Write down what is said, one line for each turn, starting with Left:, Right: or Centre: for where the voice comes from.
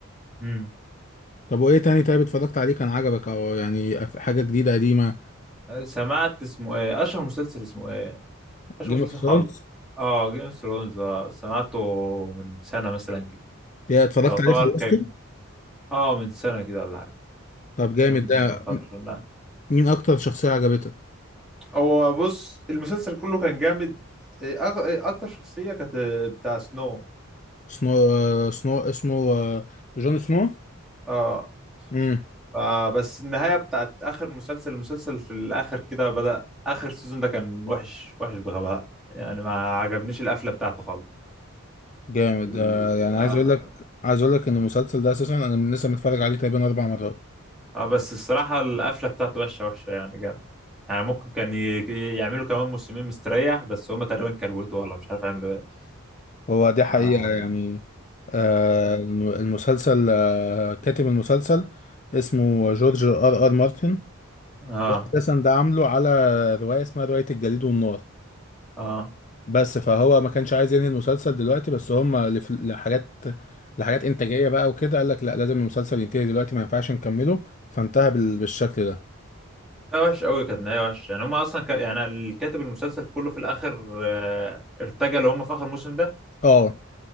Centre: امم
Left: طب وإيه تاني طيب اتفرجت عليه كان عجبك أو يعني أف- حاجة جديدة قديمة
Centre: سمعت اسمه ايه أشهر مسلسل اسمه ايه أشهر
Left: جيم
Centre: مسلسل
Left: اوف ثرونز
Centre: خالص اه جيم اوف ثرونز اه سمعته من سنة مثلا كده
Left: اتفرجت
Centre: يعتبر
Left: عليه خلصته
Centre: كان اه من سنة كده ولا حاجة
Left: طب جامد
Centre: كام
Left: ده
Centre: ده من فترة
Left: م-
Centre: لا
Left: مين أكتر شخصية عجبتك
Centre: هو بص المسلسل كله كان جامد إيه، أغ- إيه، اكتر شخصية كانت آه، بتاع سنو
Left: سنو آه، سنو اسمه آه، جون سنو
Centre: اه
Left: امم
Centre: فبس النهاية بتاعت آخر مسلسل المسلسل في الآخر كده بدأ آخر سيزون ده كان وحش وحش بغباء يعني ما عجبنيش القفلة بتاعته خالص
Left: جامد
Centre: ال-
Left: آه، يعني عايز
Centre: آه
Left: اقول لك عايز اقول لك ان المسلسل ده اساسا انا من لسه متفرج عليه تقريبا اربع مرات
Centre: آه، بس الصراحة القفلة بتاعته وحشة وحشة يعني جامد يعني ممكن كان ي- يعملوا كمان موسمين مستريح بس هما تقريبا كروته ولا مش عارف يعملوا ايه
Left: هو دي حقيقة
Centre: ما-
Left: يعني آه،
Centre: اه
Left: الم- المسلسل آه، كاتب المسلسل اسمه جورج ار ار مارتن
Centre: اه
Left: ده اساسا ده عامله على رواية اسمها رواية الجليد والنار
Centre: آه.
Left: بس فهو ما كانش عايز ينهي المسلسل دلوقتي بس هم لف- لحاجات لحاجات انتاجية بقى وكده قال لك لا لازم المسلسل ينتهي دلوقتي ما ينفعش نكمله فانتهى بال- بالشكل ده
Centre: لا وحش قوي كانت نهاية وحش يعني هما اصلا ك... يعني الكاتب المسلسل كله في الاخر آه ارتجل هما في اخر موسم ده
Left: اه